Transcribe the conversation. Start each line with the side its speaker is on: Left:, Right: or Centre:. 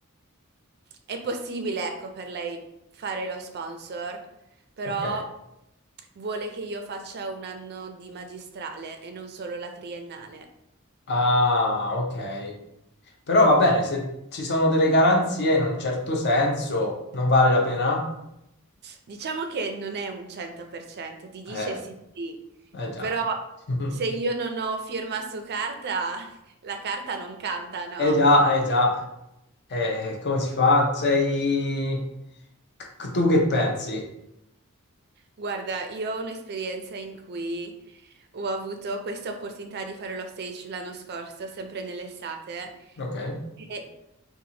Right: È possibile, ecco, per lei fare lo sponsor, però
Left: Ok.
Right: vuole che io faccia un anno di magistrale e non solo la triennale.
Left: Ah, ok. Però va bene, se ci sono delle garanzie in un certo senso, non vale la pena?
Right: Diciamo che non è un 100%, ti dice
Left: Eh,
Right: sì sì,
Left: eh già.
Right: però
Left: <laughs>
Right: se io non ho firma su carta, <laughs> la carta non canta, no?
Left: Eh già, eh già. Eh, come si fa? Sei... c- Tu che pensi?
Right: Guarda, io ho un'esperienza in cui ho avuto questa opportunità di fare lo stage l'anno scorso, sempre nell'estate,
Left: Ok,
Right: e